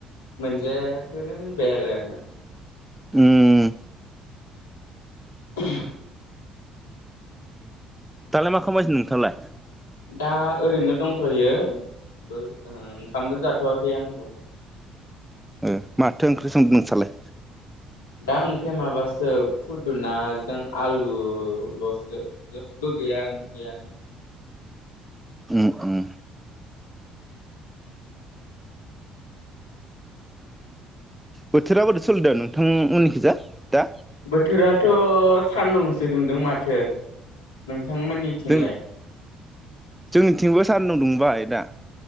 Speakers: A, on the left; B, in the centre.
A: मोनजायाखोननो होनबाय आरो आङो
B: उम
A: <inaudible>
B: दालाय मा खालामगासै नोंथाङालाय
A: दा ओरैनो दंथयो ओ ओंखामबो जाथवाखै आंथ
B: ओ माथो ओंख्रि संदो नोसालाय
A: दा ओंख्रिया माबासो खुदुनाजों आलुलसो जेबो गैया ओंख्रियानो
B: उम उम बोथोरा बोरै सलिदो नोंथां मोननिखिजा दा
A: बोथोराथ' सान्दुंसो दुंदों माथो नों थांमोननिथिंलाय
B: जों जोंनिथिंबो सान्दुं दुंबाय दा